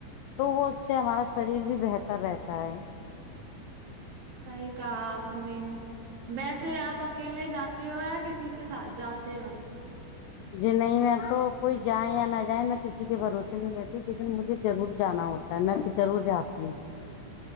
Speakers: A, on the left; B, on the right.
A: تو وہ اس سے ہمارا شریر بھی بہتر رہتا ہے
B: صحیح کہا آپ نے ویسے آپ اکیلے جاتے ہو یا کسی کے ساتھ جاتے ہو
A: جی نہیں میں تو کوئی جائیں یا نہ جائیں میں کسی کے بھروسے نہیں رہتی لیکن مجھے ضرور جانا ہوتا تو میں پھر ضرور جاتی ہوں